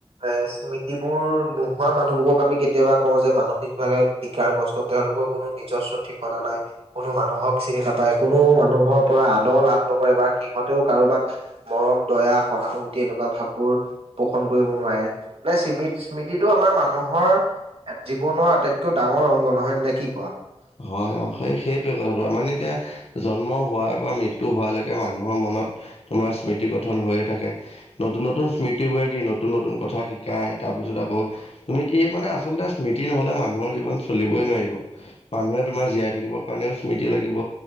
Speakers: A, on the right; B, on the left.
A: এ স্মৃতিবোৰ নোহোৱা মানুহবোৰক আমি কেতিয়াবা কওঁ যে মানসিকভাৱে বিকাৰ গ্ৰস্তাৰ তেওঁলোক কোনো নিজস্ব ঠিকনা নাই কোনো মানুহক চিনি নাপায় কোনো মানুহক পৰা আদৰ লাভ নকৰে বাাৰ সিহতেওঁ কাৰোবাক মৰম, দয়া সহানুভূতি এনেকুৱা ভাববোৰ পোষণ কৰিব নোৱাৰে মানে স্মৃতি স্মৃতিটো আমাৰ মানুহৰ জীৱনৰ আটাইতকৈ ডাঙ ডাঙৰ অংগ নহয় নে কি কোৱা?
B: হয় অ' সেই সেইটোয়ে কথাটো আমাৰ এতিয়া জন্ম হোৱাৰ পৰা মৃত্যু হোৱালৈকে মানুহৰ মন তোমাৰ স্মৃতি গঠন হৈয়ে থাকে। নতুন নতুন স্মৃতি বে কি নতুন নতুন কথা শিকায়। তাৰপিছত আকৌ তুমি কি মানে আচলতে স্মৃতি নহলে মানুহৰ জীৱন চলিবই নোৱাৰিব। মানুহে তোমাৰ জীয়াই থাকিবৰ কাৰণেও স্মৃতি লাগিব